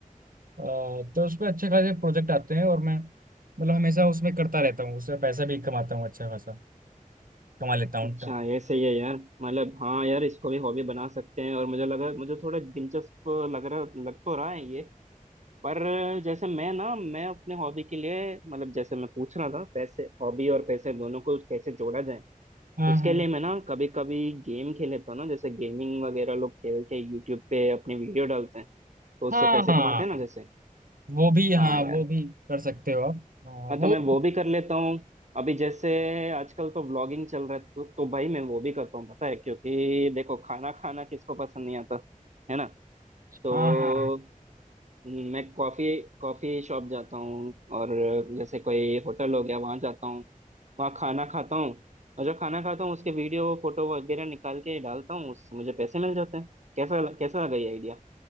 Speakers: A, on the right; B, on the right.
A: अ, तो उसमें अच्छे खासे प्रोजेक्ट आते हैं और मैं मतलब हमेशा उसमें करता रहता हूँ उसमें पैसा भी कमाता हूँ अच्छा खासा कमा लेता हूँ
B: अच्छा ये सही है यार मतलब हाँ यार इसको भी हॉबी बना सकते हैं और मुझे लगा मुझे थोड़ा दिलचस्प लग रहा लग तो रहा है ये पर जैसे मैं ना मैं अपने हॉबी के लिए मतलब जैसे मैं पूछ रहा था पैसे हॉबी और पैसे दोनों को कैसे जोड़ा जाए
A: हाँ
B: उसके लिए मैं ना कभी कभी गेम खेल लेता हूँ ना जैसे गेमिंग वगैरह लोग खेल के यूट्यूब पे अपनी वीडियो डालते हैं तो उससे
A: हाँ
B: पैसे
A: हाँ
B: कमाते हैं ना जैसे
A: वो भी हाँ
B: हाँ यार
A: वो भी कर सकते हो आप हाँ,
B: मैं
A: वो
B: तो मैं वो भी कर लेता हूँ अभी जैसे आजकल तो व्लॉगिंग चल रहा है तो, तो भाई मैं वो भी करता हूँ पता है क्योंकि देखो खाना खाना किसको पसंद नहीं आता है ना तो
A: हाँ हाँ हाँ।
B: हम्म, मैं कॉफी कॉफी शॉप जाता हूँ और जैसे कोई होटल हो गया वहाँ जाता हूँ वहाँ खाना खाता हूँ और जो खाना खाता हूँ उसके वीडियो फोटो वगैरह निकाल के डालता हूँ उससे मुझे पैसे मिल जाते हैं कैसा कैसा लगा ये